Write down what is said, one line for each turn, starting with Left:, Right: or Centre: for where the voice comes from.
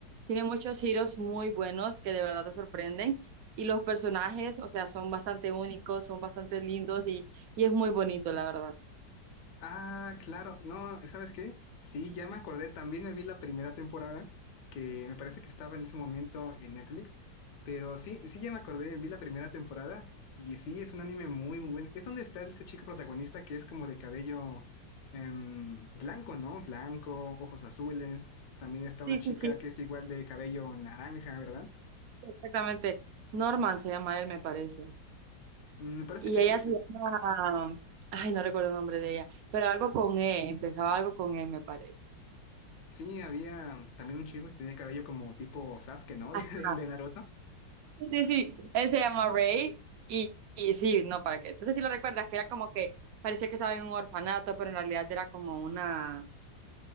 Right: Tiene muchos giros muy buenos que de verdad te sorprenden. Y los personajes, o sea, son bastante únicos, son bastante lindos y, y es muy bonito, la verdad.
Left: Ah, claro. No, ¿sabes qué? Sí, ya me acordé. También me vi la primera temporada, que me parece que estaba en ese momento en Netflix. Pero sí, sí, ya me acordé. Vi la primera temporada. Y sí, es un anime muy, muy bueno. Es donde está ese chico protagonista que es como de cabello em, blanco, ¿no? Blanco, ojos azules. También está una
Right: Sí,
Left: chica
Right: sí, sí.
Left: que es igual de cabello naranja, ¿verdad?
Right: Exactamente. Norman se llama él, me parece.
Left: Mm, Me parece
Right: Y
Left: que
Right: ella
Left: sí.
Right: se llama, ay, no recuerdo el nombre de ella, pero algo con E, empezaba algo con E, me parece.
Left: Sí, había también un chico que tenía cabello como tipo Sasuke, ¿no?
Right: Ajá.
Left: <laughs> de de Naruto.
Right: Sí, sí, él se llama Ray y, y sí, no, ¿para qué? Entonces sí lo recuerdas, que era como que parecía que estaba en un orfanato, pero en realidad era como una,